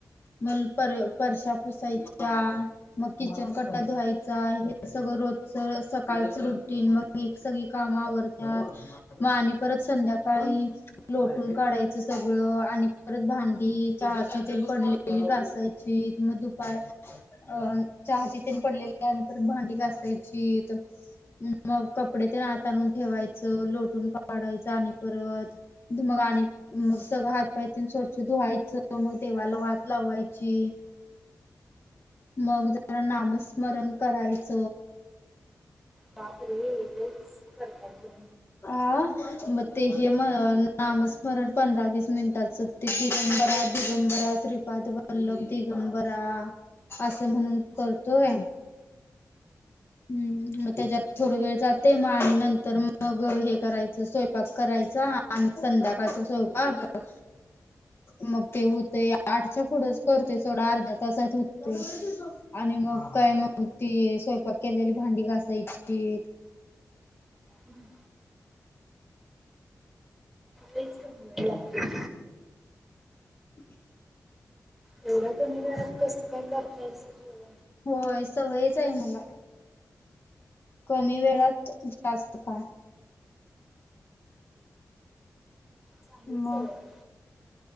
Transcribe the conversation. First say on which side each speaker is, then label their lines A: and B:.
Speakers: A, on the left; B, in the centre.
A: मग पर परशा पुसायच्या मग किचन कट्ट्या धुवायचा हे सगळ रोजच सकाळच रुटीन मग एक सगळी काम आवरणार मग आणि परत संध्याकाळी लोटून काढायच सगळ आणि परत भांडी चहाचे चे पडले घासायची मग दुपार अं चहाची ते पडलेली त्यानंतर भांडी घासायची मग कपडे ते इत आणुन ठेवायच लोटून काढायच आणि परत मग आणि मग सगळ हात पाय स्वच्छ धुवायच मग देवाला वात लावायची मग जरा नामस्मरण करायच
B: बापरे लईच करतात ग
A: हा मग ते हे म नामस्मरण पंधरा वीस मिनिटाच दिगंबरा दिगंबरा श्रीपाद वल्लभ दिगंबरा अस म्हणून करतोय हम् मग त्याच्यात थोड वेळ जाते मग आणि नंतर मग हे करायच स्वयंपाक करायचा आणि संध्याकाळचा स्वयंपाक मग ते होते आठच्या पुढेच करते सोडा अर्ध्या तासात होत ते आणि मग काय म मग ती स्वयंपाक केलेली भांडी घासायची
B: हम्म लईच करा लागते
A: हम <inaudible>
B: एवढ्या कमी वेळात कस काय करतात येत सगळ
A: होय सवयच आहे मला कमी वेळात जास्त काम
B: चांगली
A: मग
B: सवय आहे